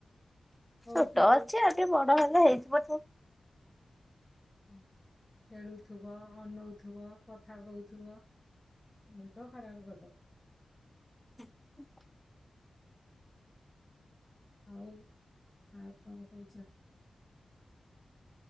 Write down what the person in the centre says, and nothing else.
ଛୋଟ ଅଛି ଆଉ ଟିକେ ବଡ ହେଲେ ହେଇଯିବ ଠିକ୍।
<inaudible>